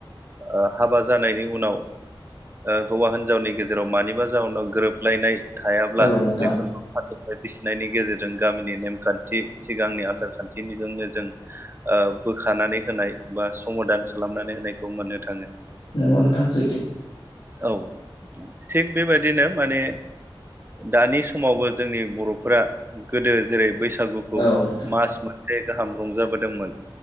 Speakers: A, on the right (about 25°); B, on the left (about 75°).
A: ओ हाबा जानायनि उनाव ओ हौवा हिनजावनि गेजेराव मानिबा जाउनाव गोरोबलायनाय थायाब्ला
B: औ नोंथां
A: बेफोरखौ <unintelligible> <unintelligible> नायनि गेजेरजों गामिनि नेमखान्थि सिगांनि आसार खान्थिनिजोंनो जों ओ बोखानानै होनाय बा समादान खालामनानै होनायखौ मोननो थाङो।
B: नंगौ नोंथां सैथो।
A: औ थिग बेबायदिनो माने दानि समावबो जोंनि बर' फुरा गोदो जेरै बैसागुखौ
B: औ नोंथां
A: मास मोनसे गाहाम रंजाबो दोंमोन।